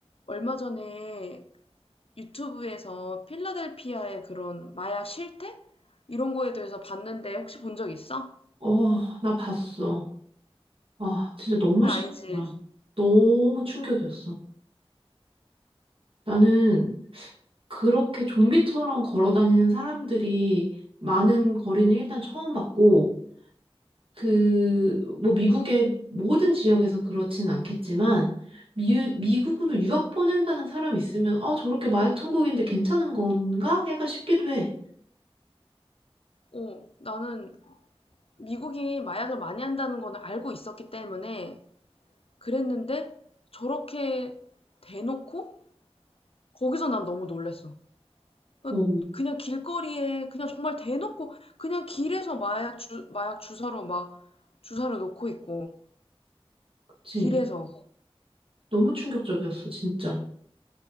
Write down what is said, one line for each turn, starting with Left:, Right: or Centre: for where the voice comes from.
Left: 얼마 전에 유튜브에서 필라델피아의 그런 마약 실태? 이런 거에 대해서 봤는데 혹시 본 적 있어?
Right: 어, 나 봤어. 아, 진짜 너무
Left: 장난
Right: 싫더라.
Left: 아니지.
Right: 너무 충격이었어. 나는 그렇게 좀비처럼 걸어 다니는 사람들이 많은 거리는 일단 처음 봤고, 그, 뭐 미국의 모든 지역에서 그렇지는 않겠지만, 미, 미국으로 유학 보낸다는 사람이 있으면, 아, 저렇게 마약 천국인데 괜찮은 건가? 약간 싶기도 해.
Left: 어, 나는 미국이 마약을 많이 한다는 거는 알고 있었기 때문에 그랬는데 저렇게 대놓고 거기서 난 너무 놀랬어. 그러니까
Right: 어,
Left: 그냥 길거리에 그냥 정말 대놓고 그냥 길에서 마약 주, 마약 주사로 막 주사를 놓고 있고
Right: 그치.
Left: 길에서.
Right: 너무 충격적이었어, 진짜.